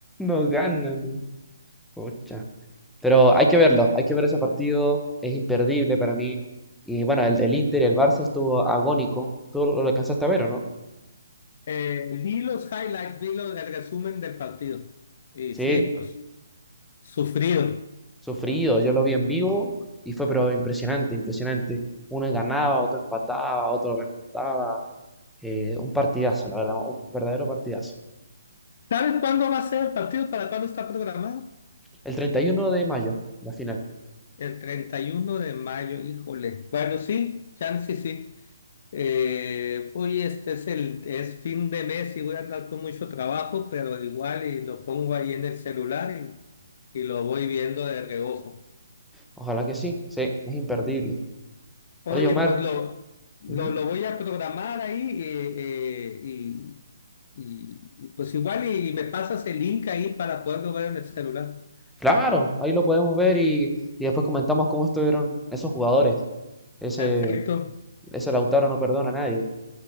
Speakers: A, in the centre; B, on the left (about 45°).
A: No gana, no. Pucha. Pero hay que verlo, hay que ver ese partido, es imperdible para mí. Y bueno, el del Inter y el Barça estuvo agónico. Tú lo lo alcanzaste a ver, ¿o no?
B: Eh, vi los highlights, vi los- el resumen del partido. Y
A: Sí.
B: sí, pues, sufrido.
A: Sufrido, yo lo vi en vivo y fue pero impresionante, impresionante. Uno ganaba, otro empataba, otro remontaba. Eh, un partidazo, la verdad, un verdadero partidazo.
B: ¿Sabes cuándo va a ser el partido? ¿Para cuándo está programado?
A: El 31 de mayo, la final.
B: El 31 de mayo, híjole. Bueno, sí, chance sí. Eh, oye, este es el es fin de mes y voy a andar con mucho trabajo, pero igual y lo pongo ahí en el celular y, y lo voy viendo de reojo.
A: Ojalá que sí, sí, es imperdible.
B: Oye,
A: Oye, Omar,
B: pues lo, lo,
A: ujú,
B: lo voy a programar ahí eh, eh, y, y- y, pues igual y, y me pasas el link ahí para poderlo ver en el celular.
A: Claro, ahí lo podemos ver y, y después comentamos cómo estuvieron esos jugadores. Ese,
B: Perfecto.
A: ese Lautaro no perdona a nadie.